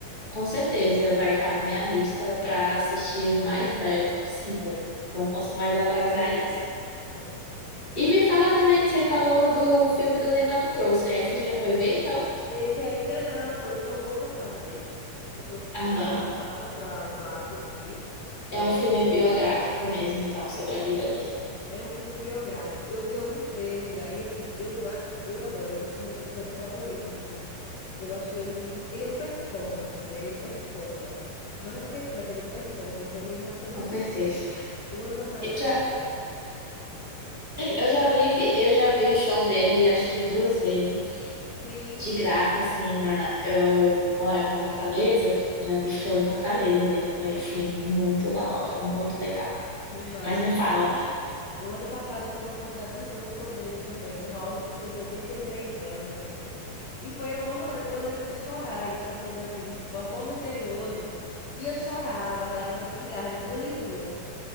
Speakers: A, on the left; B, on the left.
A: Com certeza vai estar na minha lista para assistir o mais breve possível. Não posso mais atrasar isso.
B: Sim.
A: E me fala também, você falou do filme do Ney Matogrosso, e aí você já foi ver, então?
B: Esse ainda não, eu tô louca para ver. Eu tô super
A: Aham.
B: animada para para assistir. É,
A: É um filme biográfico mesmo, então, sobre
B: eu
A: a vida dele.
B: É um filme biográfico. Eu vi alguns trailers já e assim, eu, a- eu adoro, é um dos meus cantores favoritos assim. Eu acho ele um, um- ele é um performance, né? Ele performa. Mais do que canta, ele performa, então me emociona
A: Com
B: muito.
A: certeza.
B: O ano passado
A: Eu
B: eu
A: já,
B: tive, o-
A: eu já vi, fi- eu já vi show dele, acho que duas vezes,
B: sim,
A: de graça, assim, na, eu morava em Fortaleza, já vi show em Fortaleza dele, foi, assim, muito da hora, muito legal.
B: que massa.
A: Mas me fala.
B: O ano passado eu tive a oportunidade de ver um show dele também, no auge dos seus 83 anos assim. E foi emocionante. Eu lembro de chorar ele cantando assim, tipo, Pavão Misterioso. E eu chorava, as lágrimas pingavam de duas em duas.